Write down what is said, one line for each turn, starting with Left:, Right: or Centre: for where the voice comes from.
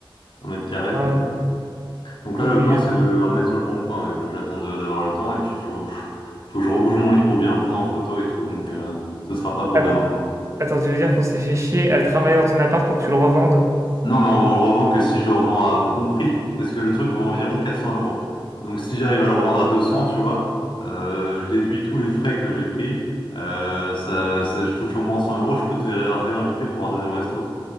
Left: un mètre carré.
Right: un
Left: Donc, donc
Right: pauvre
Left: là le
Right: bichon.
Left: plan c'est de le remettre sur le bon coin, mais bon j'attends de- d'avoir le temps et puis faut faut que je rebouge mon lit pour bien le prendre en photo et tout, donc euh, ce sera pas pour
Right: Att
Left: demain.
Right: attends, tu veux dire qu'on s'est fait chier à travailler dans ton appart pour que tu le revendes?
Left: Non, mais on, on le revend que si je le revends à bon prix. Parce que le truc vaut environ 400 euros. Donc si j'arrive à le revendre à 200, tu vois, euh, je déduis tous les frais que j'ai pris. Euh, ça, ça- je touche au moins 100 euros. Je peux te ré- réinviter pour un deuxième resto.